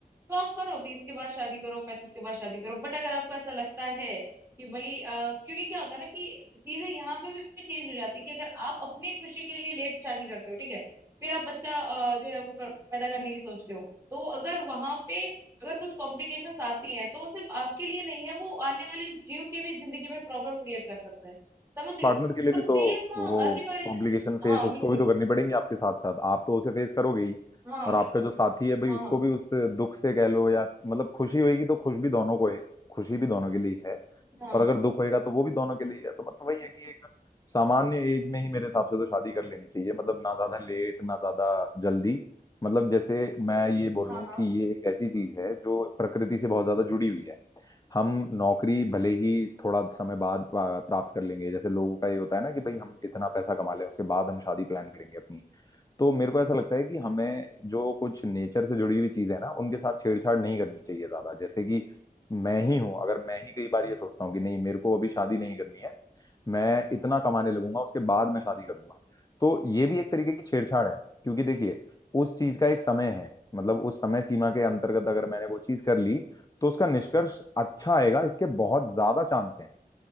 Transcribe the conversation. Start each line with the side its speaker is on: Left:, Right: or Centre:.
Right: तो आप करो तीस के बाद शादी करो पैंतीस के बाद शादी करो बट अगर आपको ऐसा लगता है कि भाई अ, क्योंकि क्या होता है ना कि चीजें यहाँ पे भी चेंज हो जाती है कि अगर आप अपनी खुशी के लिए लेट शादी करते हो ठीक है फिर आप बच्चा अ, जो है वो कर, पैदा करने की सोचते हो तो अगर वहां पे अगर कुछ कॉम्प्लिकेशंस आती हैं तो वो सिर्फ आपके लिए नहीं है वो आने वाले जीव के भी जिंदगी में प्रॉब्लम क्रिएट कर सकता है समझ रहे
Left: पार्टनर
Right: हो
Left: के लिए
Right: और
Left: भी तो
Right: सेम
Left: वो
Right: अर्ली मैरिज
Left: कॉम्प्लिकेशन फेस
Right: हाँ
Left: उसको
Right: बिल्कुल
Left: भी तो करनी पड़ेंगी आपके साथ साथ आप तो उसे फेस करोगे ही
Right: हाँ
Left: और
Right: बिल्कुल
Left: आपका जो साथी है भाई
Right: हाँ
Left: उसको
Right: हाँ
Left: भी उस दुख से कह लो या मतलब खुशी होगी तो खुश भी दोनों को है खुशी भी दोनों के लिए ही है
Right: हाँ
Left: और अगर दुख होएगा तो वो भी दोनों के लिए ही है तो मतलब वही है कि एक सामान्य एज में ही मेरे हिसाब से तो शादी कर लेनी चाहिए मतलब ना ज्यादा लेट ना ज्यादा जल्दी मतलब जैसे मैं ये बोलूं
Right: हाँ हाँ
Left: कि ये एक ऐसी चीज है जो प्रकृति से बहुत ज्यादा जुड़ी हुई है हम नौकरी भले ही थोड़ा समय बाद पा- प्राप्त कर लेंगे जैसे लोगों का ये होता है ना कि भाई हम इतना पैसा कमा लें उसके बाद हम शादी प्लान करेंगे अपनी तो मेरे को ऐसा लगता है कि हमें जो कुछ नेचर से जुड़ी हुई चीजें हैं ना उनके साथ छेड़छाड़ नहीं करनी चाहिए ज्यादा जैसे कि मैं ही हूं अगर मैं ही कई बार ये सोचता हूँ कि नहीं मेरे को अभी शादी नहीं करनी है मैं इतना कमाने लगूंगा उसके बाद मैं शादी करूंगा तो ये भी एक तरीके की छेड़छाड़ है क्योंकि देखिए उस चीज का एक समय है मतलब उस समय सीमा के अंतर्गत अगर मैंने वो चीज कर ली तो उसका निष्कर्ष अच्छा आएगा इसके बहुत ज्यादा चांस है